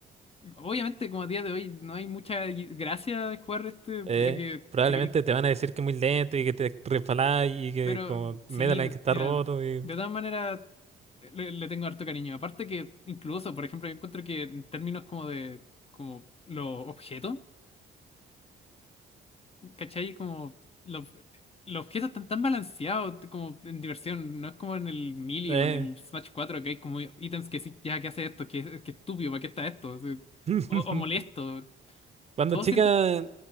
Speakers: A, on the left (about 30°); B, on the right (about 30°).
A: Obviamente, como a día de hoy, no hay mucha gracia de jugar este,
B: Eh,
A: ya que
B: probablemente
A: si queréis.
B: te van a decir que es muy lento y que te resbalás y que
A: Pero
B: como Medaline
A: sí, de-
B: que está
A: mira,
B: roto
A: de,
B: y...
A: de todas maneras, le, le tengo harto cariño. Aparte que, incluso, por ejemplo, yo encuentro que en términos como de como los objetos. ¿Cachai? Como los, los objetos están tan balanceados como en diversión. No es como en el Melee
B: eh.
A: o en el Smash 4 que hay como ítems que sí, ya, ¿qué hace esto? ¿Qué, qué estúpido? ¿Para qué está esto? Sí.
B: <laughs>
A: O, o molesto.
B: Cuando
A: Todo
B: chica,
A: siento...